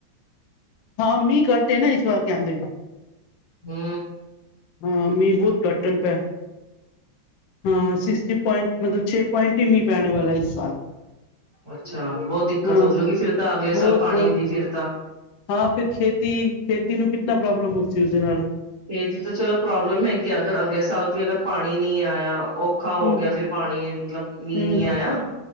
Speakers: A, on the left; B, on the right.
A: ਹਾਂ, ਮੀਂਹ ਘੱਟ ਨਾ ਇਸ ਵਾਰ ਕਹਿੰਦੇ।
B: ਹੂੰ।
A: ਹਾਂ, ਮੀਂਹ ਬਹੁਤ ਘੱਟਣ ਪੈ ਹਾਂ, ਸਿਕਸਟੀ ਪੁਆਇੰਟ ਮਤਲਬ ਛੇ ਪੁਆਇੰਟ ਹੀ ਮੀਂਹ ਪੈਣੇ ਵਾਲਾ ਇਸ ਸਾਲ।
B: ਅੱਛਾ, ਬਹੁਤ ਦਿੱਕਤ
A: ਹਾਂ
B: ਹੋਜੂਗੀ ਫਿਰ ਤਾਂ ਅਗਲੇ
A: ਬਹੁਤ-ਬਹੁਤ
B: ਸਾਲ ਪਾਣੀ ਦੀ ਫਿਰ ਤਾਂ
A: ਹਾਂ ਫਿਰ ਖੇਤੀ ਖੇਤੀ ਨੂੰ ਕਿੰਤਨਾ ਪ੍ਰੋਬਲਮ ਉਸਦੇ ਦੇ ਨਾਲ
B: ਖੇਤੀ ਤਾਂ ਚਲੋ ਪ੍ਰੋਬਲਮ ਹੈਗੀ, ਅਗਰ ਅਗਲੇ ਸਾਲ ਵੀ ਅਗਰ ਪਾਣੀ ਨਹੀਂ ਆਇਆ ਓ ਔਖਾ ਹੋ
A: ਹੂੰ,
B: ਗਿਆ ਫਿਰ ਪਾਣੀ ਮਤਲਬ ਮੀਂਹ
A: ਹੂੰ,
B: ਨੀ
A: ਹੂੰ,
B: ਆਇਆ,